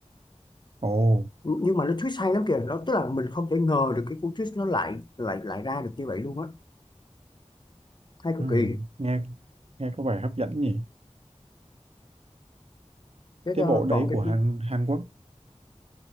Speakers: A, on the right; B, on the left.
A: Ồ,
B: nhưng mà nó twist hay lắm kìa nó tức là mình không thể ngờ được cái cú twist nó lại lại lại ra được như vậy luôn á hay cực
A: Ừ,
B: kỳ
A: nghe nghe có vẻ hấp dẫn nhỉ.
B: cái
A: Cái
B: ờ,
A: bộ đấy
B: còn cái
A: của Hàn
B: phim-
A: Hàn Quốc